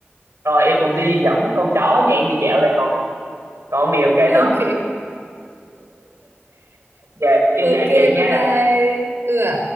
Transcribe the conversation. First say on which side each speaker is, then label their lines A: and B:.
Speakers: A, on the right; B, on the right.
A: rồi em cũng đi dẫn con chó nhà em đi dạo đây còn còn con mèo
B: <laughs>
A: kệ
B: ok
A: nó dạ em
B: ok
A: chào chị nha
B: bye bye ừ ạ.